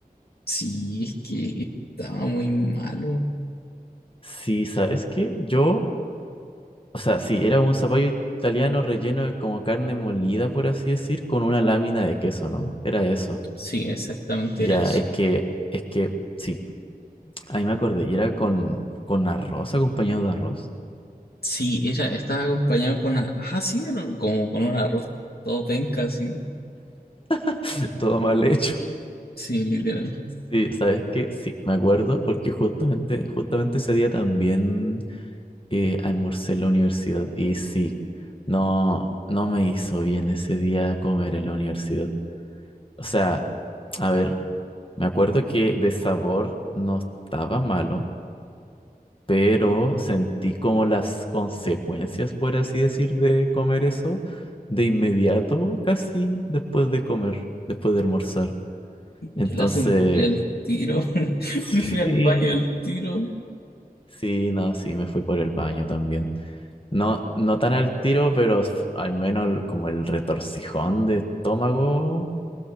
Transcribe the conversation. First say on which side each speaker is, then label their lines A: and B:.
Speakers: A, on the left; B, on the left.
A: sí, es que estaba muy malo.
B: Sí, ¿sabes qué? Yo, o sea, sí, era un zapallo italiano relleno de como carne molida, por así decir, con una lámina de queso, ¿no? Era eso.
A: Sí, exactamente
B: Ya,
A: era eso.
B: es que, es que, sí. Ahí me acordé, y era con, con arroz, acompañado de arroz.
A: Sí, era, estaba acompañado con una, ah, sí, era como con un arroz todo penca, así,
B: <laughs> Todo mal hecho.
A: sí, literal.
B: Sí, ¿sabes qué? Sí, me acuerdo, porque justamente, justamente ese día también eh, almorcé en la universidad. Y sí, no, no me hizo bien ese día comer en la universidad. O sea, a ver, me acuerdo que de sabor no estaba malo, pero sentí como las consecuencias, por así decir, de comer eso de inmediato, casi después de comer, después de almorzar. Entonces,
A: Yo la sentí al tiro. <laughs>
B: Sí.
A: Me fui al baño al tiro.
B: sí, no, sí, me fui por el baño también. No, no tan al tiro, pero s- al menos el- como el retorcijón de estómago,